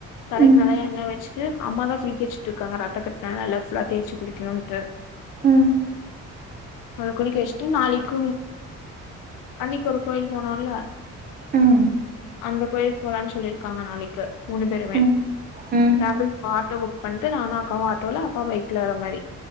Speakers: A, on the left; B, on the right.
A: தலைக்கு
B: ம்
A: நல்லா எண்ணெய வச்சிட்டு அம்மா தான் குளிக்கவச்சுட்டு இருக்கங்க ரத்தக்கட்னால எல்லா ஃபுல்லா தேச்சி குளிக்கணுன்ட்டு
B: ம்
A: அது குளிக்க வச்சுட்டு நாளைக்கு அன்னைக்கு ஒரு கோவில் போனோல
B: ம்
A: அந்த கோயிலுக்கு போலான் சொல்லிருக்காங்க நாளைக்கு மூணு பேருமே
B: ம் ம்
A: அவளுக்கு ஆட்டோ புக் பண்ட்டு நானு அக்காவு ஆட்டோல அப்பா பைக்ல வர மாரி